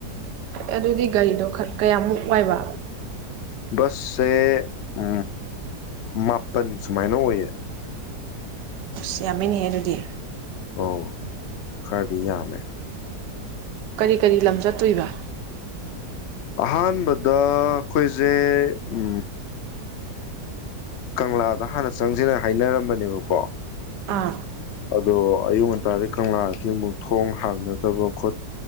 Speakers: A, on the right (about 80°); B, on the left (about 60°).
A: ꯑꯗꯨꯗꯤ ꯒꯥꯔꯤꯗꯣ ꯀꯌꯥꯃꯨꯛ ꯋꯥꯏꯕ
B: ꯕꯁꯁꯦ ꯎ ꯃꯥꯄꯜ ꯁꯨꯃꯥꯏꯅ ꯑꯣꯏꯌꯦ
A: ꯑꯁ ꯌꯥꯝꯃꯤꯟꯅ ꯑꯗꯨꯗꯤ
B: ꯑꯣ ꯈꯔꯤꯌꯥꯅ
A: ꯀꯔꯤ ꯀꯔꯤ ꯂꯝ ꯆꯠ ꯇꯏꯕ
B: ꯑꯍꯥꯟꯕꯗ ꯑꯩꯈꯣꯏꯁꯦ ꯎ ꯀꯪꯂꯥꯗ ꯍꯥꯟꯅ ꯆꯪꯁꯤꯅ ꯍꯥꯏꯅꯔꯝꯕꯅꯦꯕꯀꯣ
A: ꯑꯥ
B: ꯑꯗꯣ ꯑꯌꯨꯛ ꯉꯟꯇꯥꯗꯤ ꯀꯪꯂꯥꯗꯤ ꯑꯃꯨꯛ ꯊꯣꯡ ꯍꯥꯡꯅꯗꯕ ꯈꯣ